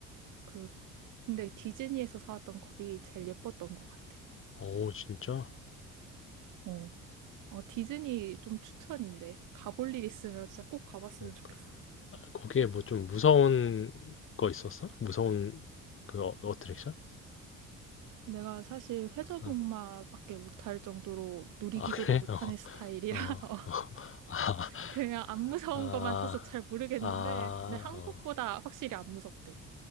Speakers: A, on the right (about 80°); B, on the left (about 40°).
A: 그 근데 디즈니에서 사왔던 컵이 제일 예뻤던 것 같아.
B: 어, 진짜?
A: 어, 어 디즈니 좀 추천인데 가볼 일 있으면 진짜 꼭 가봤으면
B: 음.
A: 좋겠어.
B: 거기에 뭐 좀 무서운 거 있었어? 무서운 그 어, 어트랙션?
A: 내가 사실 회전목마밖에
B: 어.
A: 못할 정도로 놀이기구를
B: 아, 그래?
A: 못하는
B: <laughs> 어,
A: 스타일이라
B: 어.
A: <laughs> 어,
B: 아,
A: 그냥 안 무서운
B: 아,
A: 것만 타서 잘 모르겠는데
B: 아,
A: 근데 한국보다
B: 어.
A: 확실히 안 무섭대.